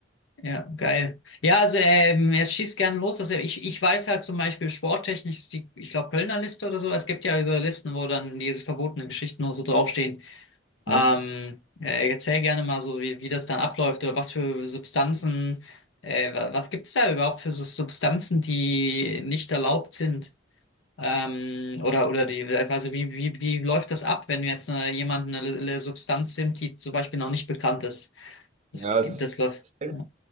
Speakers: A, on the left (about 80°); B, on the right (about 35°).
A: ja, geil. Ja, also ähm, jetzt schießt gerne los. Also ich, ich weiß halt zum Beispiel sporttechnisch, ist die, ich glaube Kölner Liste oder so, es gibt ja so Listen, wo dann diese verbotenen Geschichten nur so draufstehen. Ähm,
B: Hm?
A: äh, erzähl gerne mal so, wie, wie das dann abläuft oder was für Substanzen, äh, wa- was gibt's da überhaupt für so Substanzen, die nicht erlaubt sind? Ähm, oder, oder die, also wie, wie, wie läuft das ab, wenn jetzt äh, jemand eine, eine Substanz nimmt, die zum Beispiel noch nicht bekannt ist? Das,
B: Ja, es,
A: das läuft.
B: es fängt,
A: Ja,